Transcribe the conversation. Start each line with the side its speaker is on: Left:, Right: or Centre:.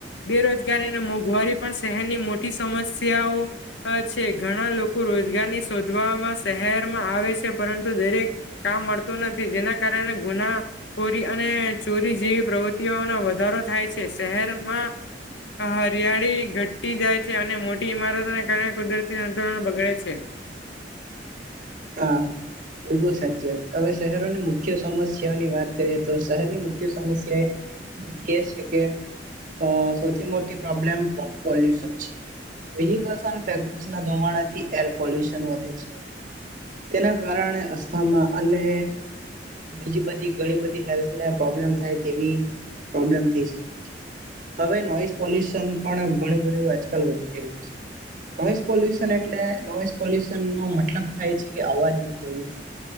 Left: બેરોજગારીને મોંઘવારી પણ શહેરની મોટી સમસ્યાઓ છે. ઘણા લોકો રોજગારની શોધવામાં શહેરમાં આવે છે પરંતુ દરેક કામ મળતું નથી જેના કારણે ગુનાખોરી અને ચોરી જેવી પ્રવૃત્તિઓનો વધારો થાય છે. શહેરમાં હરિયાળી ઘટી જાય છે અને મોટી ઇમારતોને કારણે કુદરતી સંતુલન બગડે છે.
Right: હા બિલકુલ સાચી વાત હવે શહેરોની મુખ્ય સમસ્યાઓની વાત કરીએ તો શહેરની મુખ્ય સમસ્યા એ બીજી એ છે કે અ સૌથી મોટી પ્રોબ્લેમ પો પોલ્યુશન છે વ્હીકલ્સ <inaudible> ધુમાડાથી એર પોલ્યુશન વધે છે. તેના કારણે અસ્થામાં અને બીજી બધી ઘણી બધી હેલ્થ ને પ્રોબ્લેમ થાય તેવી પ્રોબ્લેમ થઈ શકે છે હવે નોઈસ પોલ્યુશન પણ ઘણું બધુ આજકાલ વધી રહ્યું છે, નોઈસ પોલ્યુશન એટલે નોઈસ પોલ્યુશનનો મતલબ થાય છે કે અવાજનું પ્રદૂષણ